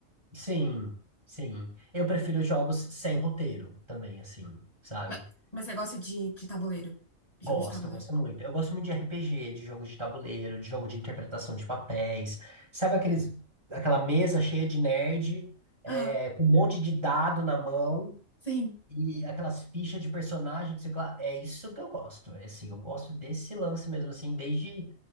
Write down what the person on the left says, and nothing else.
Mas, mas você gosta de, de tabuleiro? Jogo
de tabuleiro.
Aham,
sim.